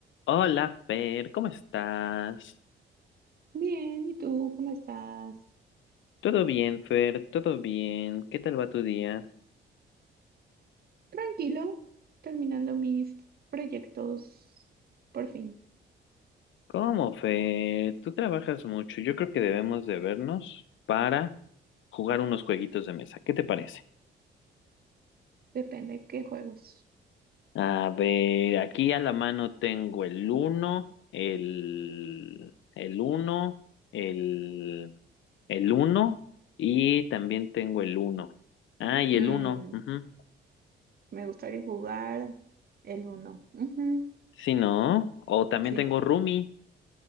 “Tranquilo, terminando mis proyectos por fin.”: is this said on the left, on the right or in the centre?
Right